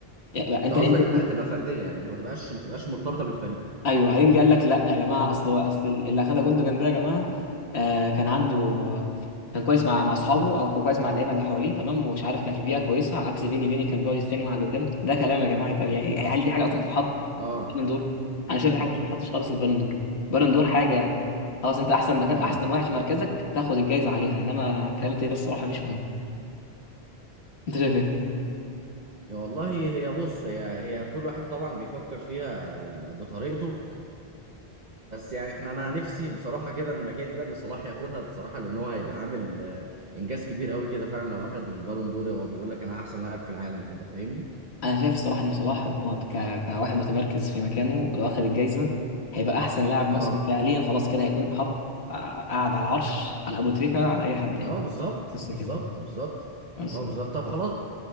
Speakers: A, on the left; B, on the right.
A: يعني
B: انت
A: انت
B: قصدك
A: انت
B: هتبقى فرديه يعني ما تبقاش ما تبقاش مرتبطه بالفريق
A: ايوه بعدين جه قال لك لا يا جماعه اصل هو اصل اللي اخدها جوندوجان ده يا جماعه آه كان عنده كان كويس مع مع اصحابه او كويس مع اللعيبه اللي حواليه تمام ومش عارف كان في بيئه كويسه على عكس فيني فيني كان بيقعد يتخانق مع اللي قدامه ده كلام يا جماعه يتقال يعني هل دي حاجه اصلا تتحط
B: اه
A: في البالون دور انا شايف
B: ايوه
A: دي حاجه ما
B: ايوه
A: تتحطش خالص في البالون دور البالون دور حاجه خلاص انت احسن مكان
B: اه
A: احسن واحد في مركزك تاخد الجايزه عليها انما الكلام التاني ده الصراحه مش مهم انت شايف ايه
B: يا والله هي بص هي هي كل واحد طبعا بيفكر فيها بطريقته بس يعني احنا انا نفسي بصراحه كده من مكاني ده ان صلاح ياخدها بصراحه لان هو هيبقى عامل آه، انجاز كبير قوي كده فعلا لو اخد البالون دور هو بيقول لك انا احسن لاعب في العالم كده فاهمني
A: انا شايف الصراحه ان صلاح هو ك- كواحد متمركز في مكانه لو اخذ الجايزه هيبقى احسن لاعب
B: اه
A: مصري فعليا خلاص كده هيكون حط قاعد على العرش على ابو تريكه على اي حد يعني
B: اه بالظبط
A: بس
B: بالظبط
A: كده يعني.
B: بالظبط
A: بس
B: اه بالظبط طب خلاص